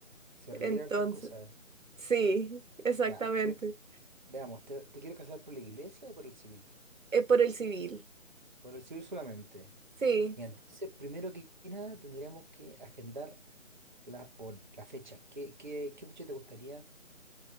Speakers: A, on the right; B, on the right.
A: Se
B: Entonces,
A: requiere hartas cosas.
B: sí, exactamente.
A: Ya, ve- veamos, ¿te, te quieres casar por la iglesia o por el civil?
B: Eh, por el civil.
A: Por el civil solamente.
B: Sí.
A: Y entonces, primero que nada, tendríamos que agendar la, o la fecha. ¿Qué, qué, qué fecha te gustaría?